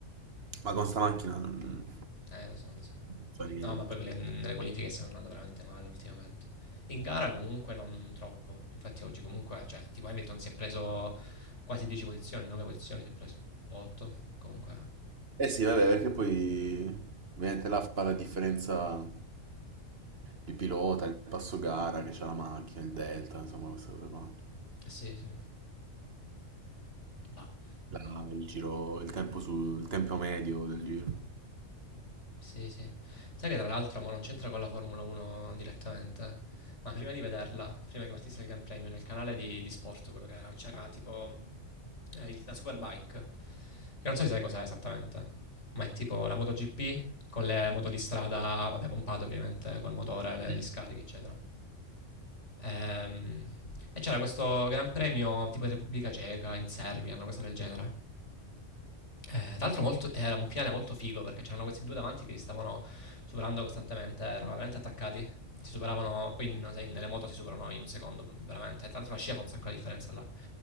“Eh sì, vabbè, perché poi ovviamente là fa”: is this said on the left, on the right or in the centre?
Right